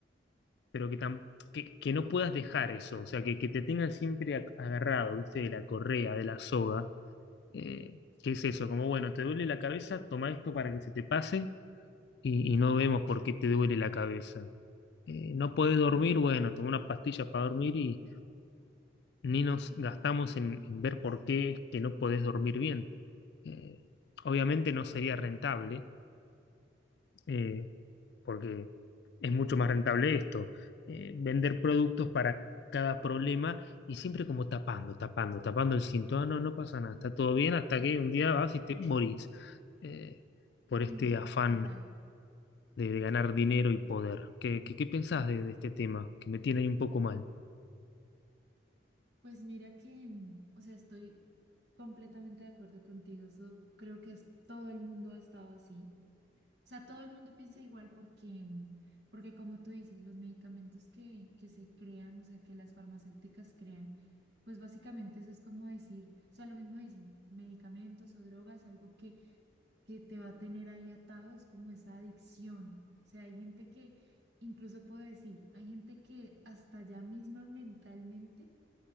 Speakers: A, on the left; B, on the right.
A: pero que, tam- que, que no puedas dejar eso, o sea, que, que te tengan siempre ag- agarrado, ¿viste? De la correa, de la soga Eh, ¿qué es eso? Como, bueno, te duele la cabeza, toma esto para que se te pase y, y no vemos por qué te duele la cabeza. Eh, no podés dormir,
B: mm,
A: bueno, toma una pastilla para dormir y ni nos gastamos en, en ver por qué es que no podés dormir bien. Eh, obviamente no sería rentable, eh, porque es mucho más rentable esto, eh, vender productos para cada problema y siempre como tapando, tapando, tapando el síntoma, no, no pasa nada, está todo bien hasta que un día vas y te morís eh, por este
B: Sí,
A: afán
B: total.
A: de, de ganar dinero y poder. ¿Qué, qué, qué pensás de, de este tema? Que me tiene ahí un poco mal.
B: Pues mira que, mm, o sea, estoy completamente de acuerdo contigo. So- creo que es- todo el mundo ha estado así. sea, todo el mundo piensa igual porque, porque como tú dices, los medicamentos que, que se crean, o sea, que las farmacéuticas crean, pues básicamente eso es como decir, o sea, lo mismo dicen, medicamentos o drogas, algo que, que te va a tener ahí atado, es como esa adicción. O sea, hay gente que, incluso puedo decir, hay gente que hasta ya misma mentalmente